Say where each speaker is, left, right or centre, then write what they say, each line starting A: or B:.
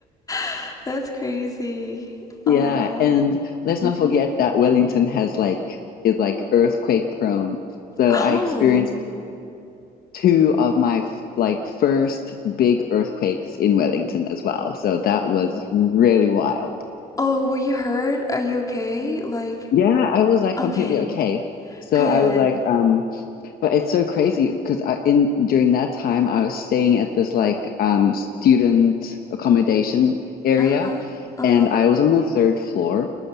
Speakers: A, on the left (about 20°); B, on the left (about 60°).
A: <laughs> That's crazy. Oh.
B: Yeah, and let's
A: Mm-hmm.
B: not forget that Wellington has like is like earthquake prone. So
A: Oh.
B: I experienced two of my like first big earthquakes in Wellington as well. So that was really wild.
A: Oh, were you hurt? Are you okay? Like,
B: Yeah, I was like
A: okay,
B: completely okay. So
A: good.
B: I was like, um, but it's so crazy because I in during that time I was staying at this like um student accommodation area
A: Uh-huh, uh-huh.
B: and I was on the third floor,